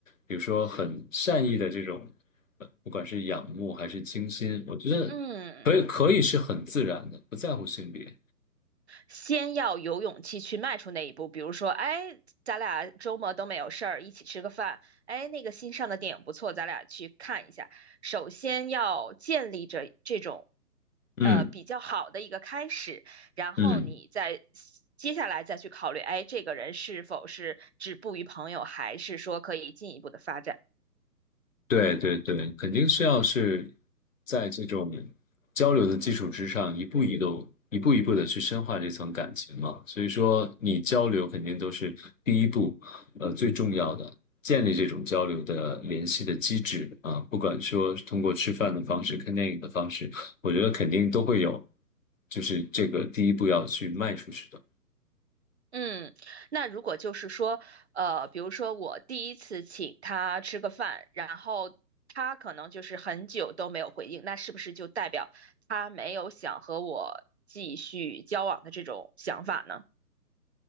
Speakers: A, on the left (about 55°); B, on the right (about 40°).
A: 比如说很善意的这种，呃不管是仰慕还是倾心，我觉得
B: 嗯，
A: 可以可以是很自然的，不在乎性别。
B: 先要有勇气去迈出那一步。比如说，哎，咱俩周末都没有事儿，一起吃个饭。哎，那个新上的电影不错，咱俩去看一下。首先要建立着这种，
A: 嗯
B: 呃，比较好的一个开始，然后你再。
A: 嗯。
B: 接下来再去考虑，哎，这个人是否是止步于朋友，还是说可以进一步的发展？
A: 对对对，肯定是要是在这种交流的基础之上，一步一步、一步一步的去深化这层感情嘛。所以说，你交流肯定都是第一步，呃，最重要的，建立这种交流的联系的机制啊。不管说是通过吃饭的方式、看电影的方式，我觉得肯定都会有，就是这个第一步要去迈出去的。
B: 嗯，那如果就是说，呃，比如说我第一次请他吃个饭，然后他可能就是很久都没有回应，那是不是就代表他没有想和我继续交往的这种想法呢？